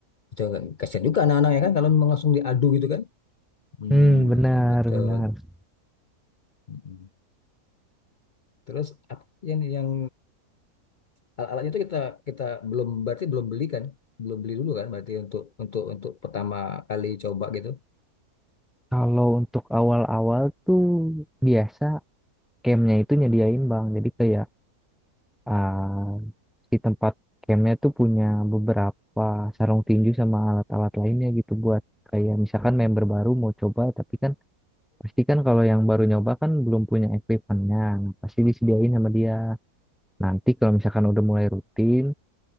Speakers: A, on the left (about 55°); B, in the centre.
A: itu agak kasihan juga anak-anak ya kan kalau memang langsung diadu gitu kan. Hmm,
B: Hmm, benar,
A: betul.
B: benar.
A: Mm-mm. Terus apa yang yang alat-alatnya itu kita kita belum berarti belum beli kan? Belum beli dulu kan berarti untuk untuk untuk pertama kali coba gitu.
B: Kalau untuk awal-awal tuh biasa campnya itu nyediain bang. Jadi kayak Ah, si tempat campnya tuh punya beberapa sarung tinju sama alat-alat lainnya gitu buat kayak misalkan member baru mau coba tapi kan pasti kan kalau yang baru nyoba kan belum punya equipmentnya Nah, pasti disediain sama dia nanti kalau misalkan udah mulai rutin